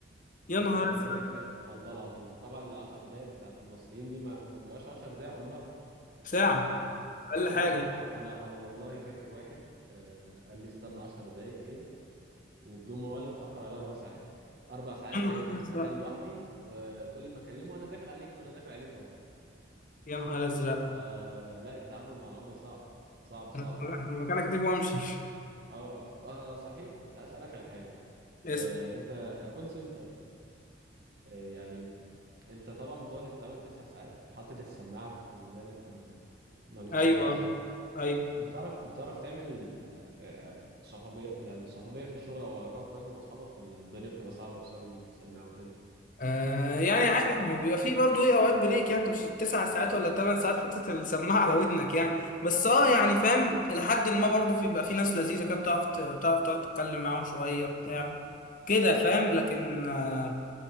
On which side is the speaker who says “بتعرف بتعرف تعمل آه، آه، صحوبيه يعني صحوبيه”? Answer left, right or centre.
Right